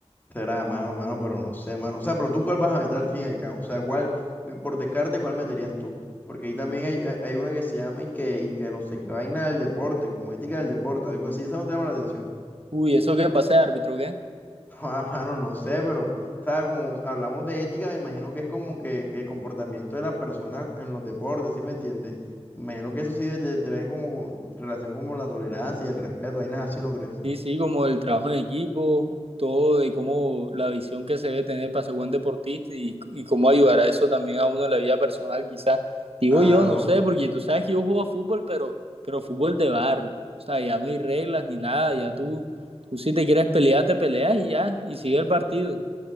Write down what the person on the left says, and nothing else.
será, mano, mano, pero no sé, mano. O sea, pero tú, ¿cuál vas a meter al fin y al cabo? O sea, ¿cuál, por descarte, cuál meterías tú? Porque ahí también hay, hay hay una que se llama y que, y que no sé qué vaina del deporte, como ética del deporte, algo así, esa no te llama la atención.
<laughs> Ah, mano, no sé, pero, o sea, como hablamos de ética, me imagino que es como que el comportamiento de las personas en los deportes, ¿sí me entiendes? Me imagino que eso sí debe tener como co- relación como la tolerancia y el respeto, hay nada así, ¿no crees?
Claro.
Ujú.